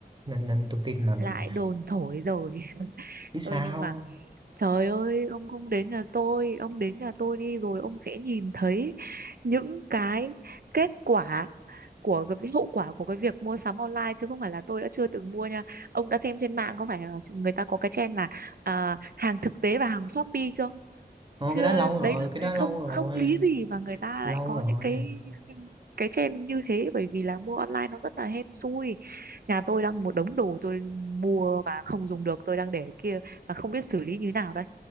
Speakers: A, on the right (about 25°); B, on the right (about 65°).
A: nên nên tôi tin là mình
B: lại đồn thổi rồi <laughs>
A: chứ sao
B: ừ, nhưng mà trời ơi ông không đến nhà tôi ông đến nhà tôi đi rồi ông sẽ nhìn thấy những cái kết quả của cái vi- hậu quả của cái việc mua sắm online chứ không phải là tôi đã chưa từng mua nha ông đã xem trên mạng có phải là người ta có cái trend là à, hàng thực tế và hàng Shopee chưa
A: Ồ,
B: chưa
A: cái đó lâu
B: đấy
A: rồi
B: là-
A: cái đó lâu
B: không
A: rồi
B: không lý gì mà người ta
A: lâu
B: lại có
A: rồi
B: những cái cái trend như thế bởi vì là mua online nó rất là hên xui nhà tôi đang một đống đồ tôi mua mà không dùng được tôi đang để kia mà không biết xử lý như nào đây